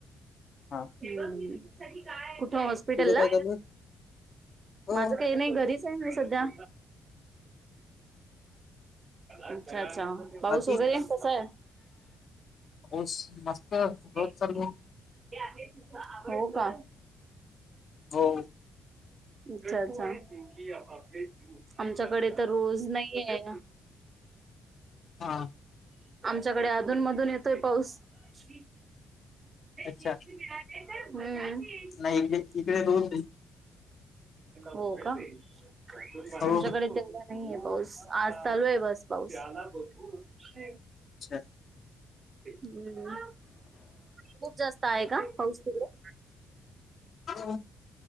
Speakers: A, on the left (about 50°); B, on the right (about 40°).
A: हा
B: <unintelligible> कुठं हॉस्पिटलला
A: तुझं काय चालू आहे? हो
B: माझ काही नाही घरीच काहीच नाही सध्या अच्छा अच्छा. आ पाऊस
A: बाकी
B: वगैरे कसां आहे.
A: पाऊस मस्त रोज
B: ते
A: चालू आहे.
B: आहे तुझं आवड का
A: हो
B: अच्छा अच्छा <unintelligible> आमच्याकडे तर रोज नाहीये.
A: हा
B: आमच्याकडे अधून मधून येतोय पाऊस. स
A: अच्छा
B: चिप् मिळाले म <unintelligible>
A: नाही इकडे इकडे रोज आहे.
B: हो का तुमच्याकडे
A: हो
B: तेवढा नाहीय पाऊस आज चालू आहे बस पाऊस. <inaudible>
A: अच्छा
B: हम्म खूप जास्त आहे का पाऊस. हो.
A: हा.